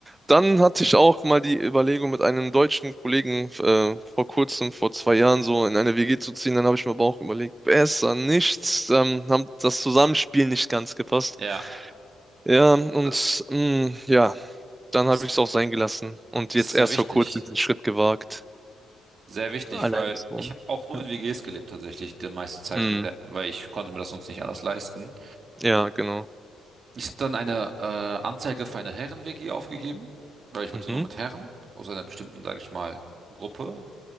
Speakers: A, on the right; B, on the right.
A: Dann hatte ich auch mal die Überlegung, mit einem deutschen Kollegen äh, vor kurzem, vor zwei Jahren so in eine WG zu ziehen. Dann habe ich mir aber auch überlegt, besser nichts. Ähm, haben das Zusammenspiel nicht ganz gepasst.
B: Ja,
A: Ja, und
B: das
A: mm, ja. Dann
B: das
A: habe ich es auch sein gelassen und
B: ist
A: jetzt erst
B: sehr wichtig.
A: vor kurzem den Schritt gewagt,
B: Sehr wichtig,
A: alleine
B: weil
A: zu wohnen.
B: ich habe auch nur
A: Ja,
B: in WGs gelebt tatsächlich, die meiste Zeit,
A: hm,
B: in der, weil ich konnte mir das sonst nicht anders leisten.
A: ja, genau.
B: Ich habe dann eine äh, Anzeige für eine Herren-WG aufgegeben, weil ich wollte
A: Mhm.
B: nur mit Herren aus einer bestimmten, sage ich mal, Gruppe